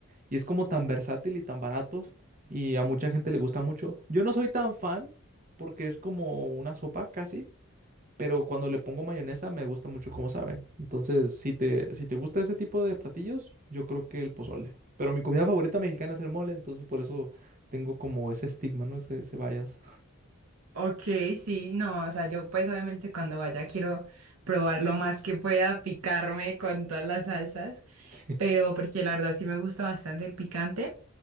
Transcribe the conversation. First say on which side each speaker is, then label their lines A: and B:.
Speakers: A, on the right; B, on the right.
A: Y es como tan versátil y tan barato y a mucha gente le gusta mucho. Yo no soy tan fan porque es como una sopa casi, pero cuando le pongo mayonesa me gusta mucho cómo sabe. Entonces, si te, si te gusta ese tipo de platillos, yo creo que el pozole. Pero mi comida favorita mexicana es el mole, entonces por eso tengo como ese estigma, ¿no? Ese, ese bias.
B: Ok, sí, no, o sea, yo pues obviamente cuando vaya quiero probar lo más que pueda, picarme con todas las salsas,
A: <laughs>
B: pero porque la verdad sí me gusta bastante el picante,